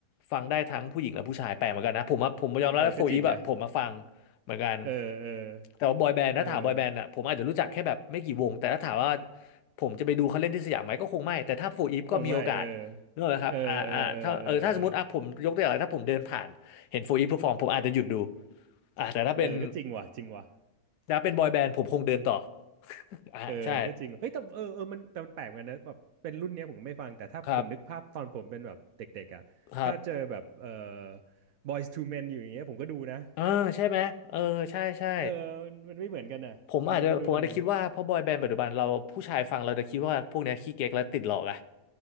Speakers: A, on the left (about 85°); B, on the right (about 70°).
A: ฟังได้ทั้งผู้หญิงและผู้ชายแปลกเหมือนกันนะผมอะผมยอมรับว่าโฟอีฟอะผมมาฟัง
B: เออก็จริงนะ
A: เหมือนกัน
B: เออเออ
A: แต่ว่าบอยแบนด์ถ้าถามบอยแบนด์อะผมอาจจะรู้จักแค่แบบไม่กี่วงแต่ถ้าถามว่า
B: เออ
A: ผมจะไปดูเขาเล่นที่สยามไหมก็คงไม่แต่ถ้าโฟอีฟก็มีโอกาสนึกออกไหมครับอ่าอ่าถ้าเออถ้าสมมติอ่ะผมยกตัวอย่างอะไรถ้าผมเดินผ่านเห็นโฟอีฟเพอร์ฟอร์มผมอาจจะหยุดดู
B: คงไม่เออเออเออเออเออเออ
A: อ่าแต่ถ้าเป็น
B: เออก็จริงว่ะจริงว่ะ
A: ถ้าเป็นบอยแบนด์ผมคงเดินต่อ <laughs> อ่าใช่
B: เออก็จริงว่ะเฮ้ยแต่เออเออมันแต่มันแปลกเหมือนกันนะแบบเป็นรุ่นเนี้ยผมก็ไม่ฟังแต่ถ้าผมนึกภาพตอนผมเป็นแบบเด็กๆอ่ะถ้าเจอแบบเออ
A: ครับครับ
B: Boys to Men อยู่อย่างเงี้ยผมก็ดูนะ
A: เออใช่ไหมเออใช่ใช่
B: เออมันไม่เหมือนกันอ่ะเออไม่รู้ทำไม
A: ผมอาจจะผมอาจจะคิดว่าเพอบอยแบนด์ปัจจุบันเราผู้ชายฟังเราจะคิดว่าพวกเนี้ยขี้เก๊กและติดหลอกอะ